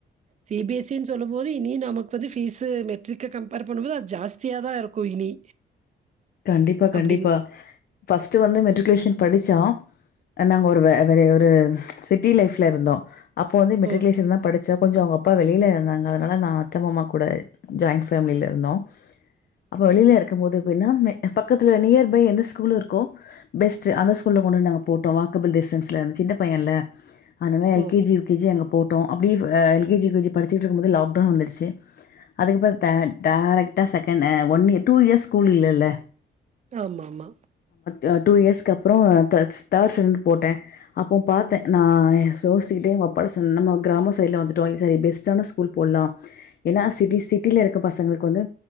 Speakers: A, on the right (about 40°); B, on the left (about 55°).
A: சி பி எஸ் சி னு சொல்லு போது இனி நமக்கு வந்து ஃபீஸு மெட்ரிக்க கம்பார் பண்ணுபோது அது ஜாஸ்தியாதா இருக்கு இனி
B: கண்டிப்பா கண்டிப்பா
A: அப்படிங்
B: ஃபஸ்டு வந்து மெட்ரிகுலேஷன் படிச்சா நாங்க ஒரு <unintelligible> ஒரு சிட்டி லைஃப்ல இருந்தோ அப்போ வந்து மெட்ரிகுலேஷன்தா
A: ஓகே,
B: படிச்சப் கொஞ்சொ அவுங்க அப்பா வெளில இருந்தாங்க அதனால நான் அத்த மாமா கூட ஜாய்ண்ட் ஃபேமிலில இருந்தோம். அப்ப வெளில இருக் முது வினாமே பக்கத்துல நியர்பை எந்த ஸ்கூலு இருக்கோ பெஸ்டு அந்த ஸ்கூல்ல கொன்டுன்டு நாங்க போட்டோ வாக்கபிள் டிஸ்டன்ஸ்ல இருந்துச்சி சின்ன பையன்ல அதனால L
A: okay.
B: K G U K G அங்க போட் ட்டோ அப்டி L K G U K G படிச்சிட்டு இருக்கு போதே லாக்டவுன் வந்துடுச்சி அதுக்கப்புறொ த டேரக்டா செகணு one year two years school இல்லல
A: ஆமா ஆமா
B: யா டூ இயர்ஸ்க்கு அப்றொ தேட்ஸ் தேட் ஸ்டாண்டர்ட் போட்டே அப்போ பாத்தே நான் சோசிக்கிட்டே ஒக்கப்பாட்ட சொன்னனா நம்ம கிராம சைடுல வந்துட்டோ <unintelligible> பெஸ்ட்டான ஸ்கூல் போட்லா ஏன்னா சிட்டி சிட்டில இருக்க பசங்களுக்கு வந்து